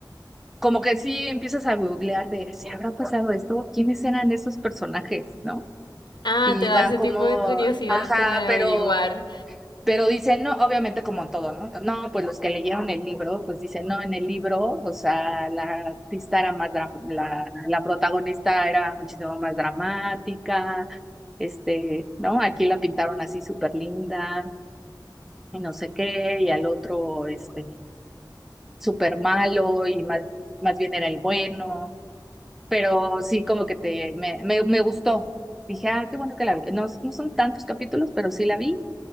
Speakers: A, in the centre; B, on the left.
A: como que sí empiezas a googlear de si habrá pasado esto, quiénes eran esos personajes, ¿no?
B: Ah,
A: Y
B: te da
A: van
B: ese
A: como,
B: tipo de curiosidad
A: ajá,
B: como de
A: pero,
B: averiguar.
A: pero dicen, no, obviamente como en todo, ¿no? No, pues los que leyeron el libro, pues dicen, no, en el libro, o sea, la artista era más, dram- la, la protagonista era muchísimo más dramática, este, ¿no? Aquí la pintaron así súper linda y no sé qué, y al otro, este, súper malo y más, más bien era el bueno pero sí como que te, me, me, me gustó. Dije, ah, qué bueno que la vi. No, no son tantos capítulos, pero sí la vi